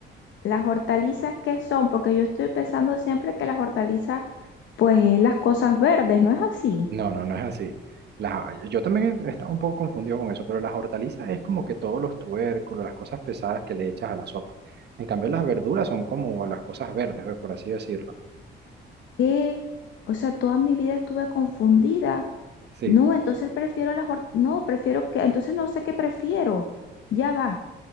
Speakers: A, on the left; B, on the right.
A: ¿Las hortalizas qué son? Porque yo estoy pensando siempre que las hortalizas, pues es las cosas verdes, ¿no es así?
B: No, no, no es así. Las- yo también estaba un poco confundido con eso, pero las hortalizas es como que todos los tubérculos, las cosas pesadas que le echas a la sopa. En cambio, las verduras son como las cosas verdes, pues, por así decirlo.
A: ¿Qué? O sea, toda mi vida estuve confundida.
B: Sí,
A: No, entonces prefiero las hort- no, prefiero que, entonces no sé qué prefiero. Ya va.